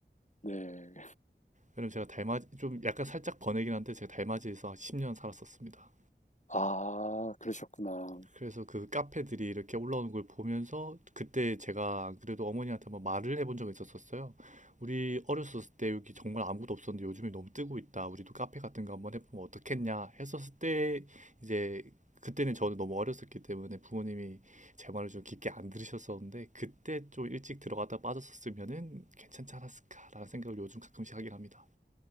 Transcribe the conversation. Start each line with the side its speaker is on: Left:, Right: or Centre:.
Left: 네.
Right: 왜냐면 제가 달맞이 좀 약간 살짝 번외긴 한데 제가 달맞이에서 10년 살았었습니다.
Left: 아, 그러셨구나.
Right: 그래서 그 카페들이 이렇게 올라오는 걸 보면서 그때 제가 안 그래도 어머니한테 한번 말을 해본 적이 있었었어요. 우리 어렸을 때 여기 정말 아무것도 없었는데 요즘에 너무 뜨고 있다. 우리도 카페 같은 거 한번 해보면 어떻겠냐 했었을 때 이제 그때는 저는 너무 어렸었기 때문에 부모님이 제 말을 좀 깊게 안 들으셨었는데 그때 좀 일찍 들어갔다 빠졌었으면은 괜찮지 않았을까라는 생각을 요즘 가끔씩 하긴 합니다.